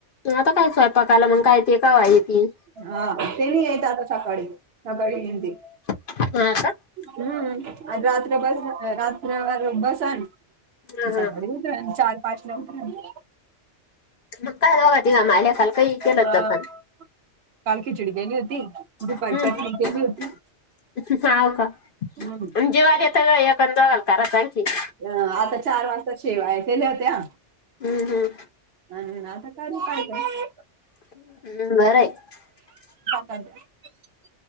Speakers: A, on the left; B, on the right.
A: आता कायसंयपाकायला मग काय ते कावा येतील
B: हा ते नाही येत आता <unintelligible>
A: <unintelligible>
B: हम्म आज रात्र <unintelligible> बस आण <unintelligible>
A: ह हा मग काय बघ तघ माल्या कााल काही केलंत
B: हा
A: दखन
B: काल खिचडी गेली होती दुपार
A: हम्म
B: चटणी गेली होती
A: <unintelligible>
B: हम्म अ आता चार वाजता शेवाया केेल्या होत्या
A: हम्म हम्
B: ह आता नाई ना काय काय
A: <inaudible>
B: <unintelligible>